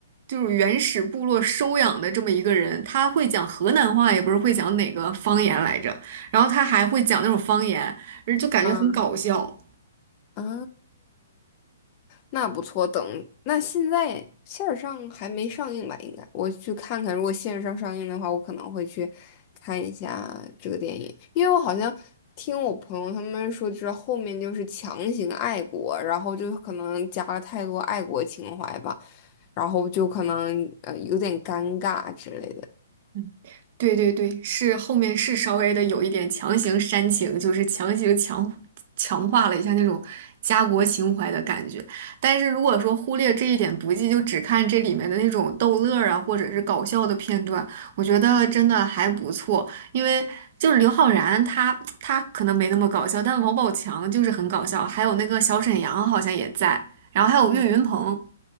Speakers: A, on the right (about 40°); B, on the left (about 30°).
A: 就是原始部落收养的这么一个人。他会讲河南话，也不是会讲哪个方言来着，然后他还会讲那种方言，就感觉很搞笑。
B: 嗯啊，那不错。等那现在线上还没上映吧？应该我去看看。如果线上上映的话，我可能会去看一下这个电影，因为我好像听我朋友他们说，就是后面就是强行爱国，然后就可能加了太多爱国情怀吧，然后就可能呃有点尴尬之类的。
A: 嗯，对对对，是后面是稍微的有一点强行煽情，就是强行强强化了一下那种家国情怀的感觉。但是如果说忽略这一点不计，就只看这里面的那种逗乐儿啊，或者是搞笑的片段，我觉得真的还不错。因为就是刘昊然他他可能没那么搞笑，但王宝强就是很搞笑，还有那个小沈阳好像也在，然后还有岳云鹏。
B: 嗯，